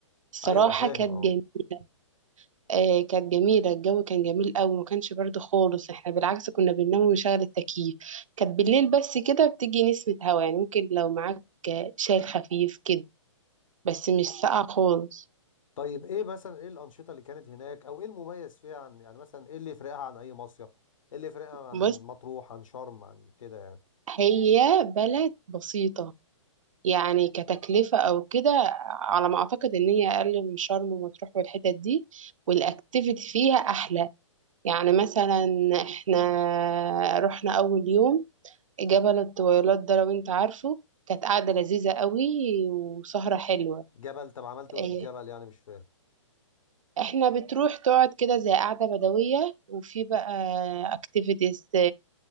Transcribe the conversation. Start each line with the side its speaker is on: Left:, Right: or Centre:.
Right: الصراحة
Left: ايوه فاهم
Right: كانت
Left: اه
Right: جميلة آه، كانت جميلة الجو كان جميل قوي ما كانش برد خالص احنا بالعكس كنا بننام ونشغل التكييف كانت بالليل بس كده بتيجي نسمة هوا يعني ممكن لو معاك آه، شاي خفيف كده بس مش ساقعة خالص
Left: طيب ايه مثلا ايه الانشطة اللي كانت هناك او ايه المميز فيها عن يعني مثلا ايه اللي يفرقها عن اي مصيف ايه اللي يفرقها عن
Right: بص
Left: مطروح عن شرم عن كده يعني
Right: هي بلد بسيطة يعني كتكلفة أو كده على ما أعتقد إن هي أقل من شرم ومطروح والحتت دي والأكتيفيتي فيها أحلى يعني مثلا إحنا رحنا أول يوم جبل الطويلات ده لو انت عارفه كانت قعدة لذيذة قوي وسهرة حلوة
Left: جبل طب عملتوا
Right: إيه،
Left: ايه في الجبل يعني مش فاهم
Right: احنا بتروح تقعد كده زي قعدة بدوية وفي بقى اكتيفيتيز